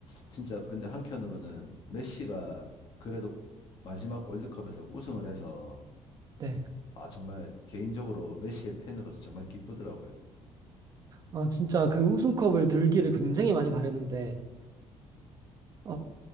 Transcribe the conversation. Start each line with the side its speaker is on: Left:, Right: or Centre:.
Left: 진짜 근데 한편으로는 메시가 그래도 마지막 월드컵에서 우승을 해서,
Right: 네.
Left: 아, 정말 개인적으로 메시의 팬으로서 정말 기쁘더라고요.
Right: 아, 진짜 그 우승컵을 들기를 굉장히 많이 바랬는데, 어,